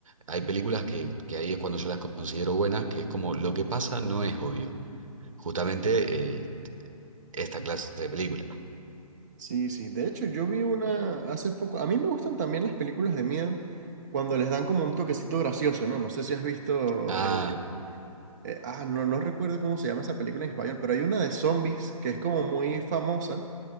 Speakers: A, on the right; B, on the right.
A: hay películas que, que ahí es cuando yo las considero buenas, que es como lo que pasa no es obvio. Justamente eh, esta clase de película.
B: Sí, sí. De hecho, yo vi una hace poco. A mí me gustan también las películas de miedo cuando les dan como un toquecito gracioso, ¿no? No sé si has visto.
A: Ah,
B: eh, eh, ah, no, no recuerdo cómo se llama esa película en español, pero hay una de zombies que es como muy famosa,